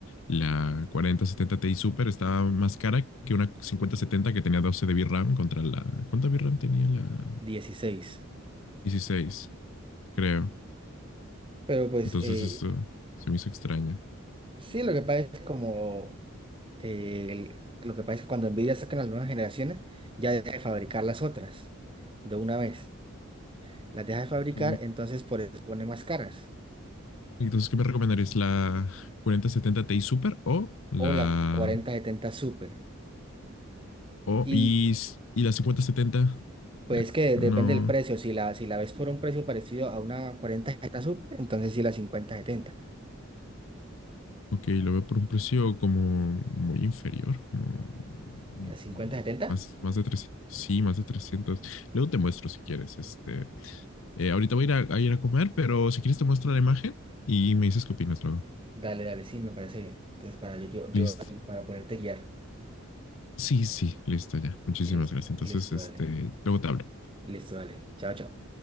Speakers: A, on the left (about 70°); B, on the right (about 25°).
A: la 4070 Ti Super estaba más cara que una 5070 que tenía 12 de VRAM contra la. ¿Cuánta VRAM tenía la
B: dieciséis
A: 16? Creo.
B: Pero pues
A: Entonces,
B: eh,
A: eso se me hizo extraño.
B: Sí, lo que pasa es como eh, el- lo que pasa es que cuando Nvidia saca las nuevas generaciones, ya deja de fabricar las otras de una vez. Las deja de fabricar,
A: Ok.
B: entonces por eso pone más caras.
A: Entonces, ¿qué me recomendarías? ¿La 4070 Ti Super o la...
B: O la cuarenta setenta Super.
A: O,
B: Y
A: y, s- y la 5070?
B: pues
A: Eh,
B: que depende
A: no.
B: del precio. Si la, si la ves por un precio parecido a una cuarenta setenta Super, entonces sí la 5070.
A: Ok, lo veo por un precio como muy inferior, como mm,
B: ¿La cincuenta setenta
A: más, más de 300. Sí, más de 300. Luego te muestro si quieres. Este, eh, ahorita voy a ir a, a ir a comer, pero si quieres te muestro la imagen y me dices qué opinas luego.
B: Dale, dale, sí, me parece bien. Entonces para yo, yo, yo
A: Listo.
B: ahí, para poderte guiar.
A: Sí, sí, listo ya. Muchísimas
B: Listo,
A: gracias. Entonces,
B: listo,
A: este,
B: dale.
A: luego te hablo.
B: Listo, dale. Chao, chao.